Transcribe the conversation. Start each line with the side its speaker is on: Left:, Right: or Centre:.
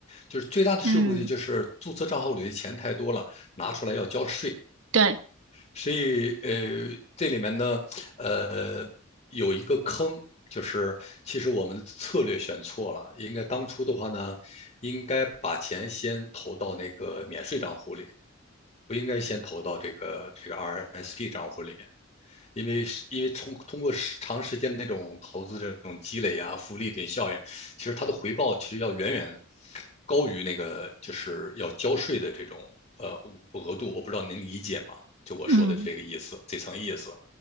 Left: 就是最大的税务问题就是注册账户里的钱太多了，
Right: 嗯，
Left: 拿出来要交税。
Right: 对，
Left: 所以呃，这里面呢，呃，有一个坑，就是其实我们的策略选错了，应该当初的话呢，应该把钱先投到那个免税账户里，不应该先投到这个这个 RSP 账户里面。因为是因为通通过长时间那种投资这种积累啊、复利等效应，其实它的回报其实要远远高于那个就是要交税的这种呃额度。我不知道您理解吗？就我说的这个意思，
Right: 嗯，
Left: 这层意思。